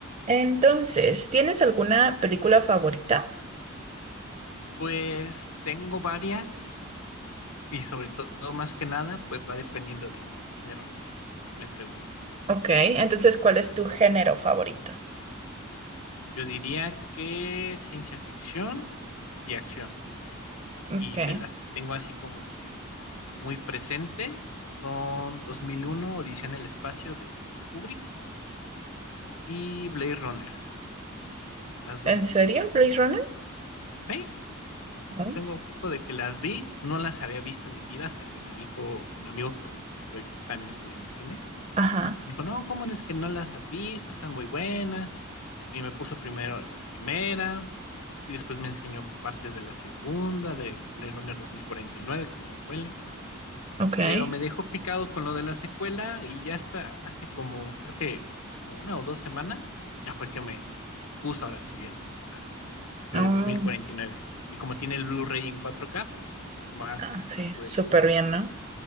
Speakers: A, on the right (about 30°); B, on the left (about 85°).
A: Entonces, ¿tienes alguna película favorita?
B: Pues tengo varias y sobre todo más que nada, pues va dependiendo de qué género me preguntes tú.
A: Ok, entonces, ¿cuál es tu género favorito?
B: Yo diría que ciencia ficción y acción.
A: Ok.
B: Y de las que tengo así como que muy presentes son 2001, Odisea en el espacio de Stanley Kubrick y Blade Runner, las dos.
A: ¿En serio, Blade Runner?
B: Sí,
A: Mm.
B: tengo un poco de que las vi, no las había visto en mi vida hasta que me dijo un amigo con el que estoy también estudiando cine
A: Ajá,
B: Me dijo, no, ¿cómo es que no las has visto? Están muy buenas. Y me puso primero la primera, y después me enseñó partes de la segunda, de Blade Runner 2049, que es la secuela.
A: ok.
B: Pero me dejó picado con lo de la secuela y ya hasta hace como, creo que una o dos semanas, ya fue que me puso ahora sí viendo la, la
A: Mm.
B: de 2049. Y nueve. Y como tiene el Blu-ray en 4K, pues más
A: Ah, sí,
B: la pude
A: súper
B: disfrutar.
A: bien, ¿no?